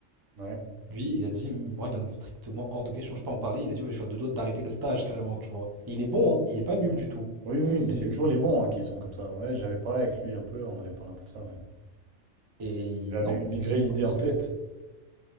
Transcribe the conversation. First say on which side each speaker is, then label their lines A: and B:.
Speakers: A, on the right; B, on the right.
A: ouais.
B: Lui, il a dit, moi, il en est strictement hors de question, je peux pas en parler. Il a dit, ouais, je suis à deux doigts d'arrêter le stage carrément, tu vois. Et il est bon, hein, il est pas nul du tout.
A: Oui, oui,
B: C'est
A: mais c'est
B: nul.
A: toujours les bons hein, qui sont comme ça. Ouais, j'avais parlé avec lui un peu, on avait parlé un peu de ça. ouais.
B: Et il-
A: Je lui avais
B: non,
A: migré
B: il a dit, c'est
A: l'idée
B: pas possible.
A: en tête.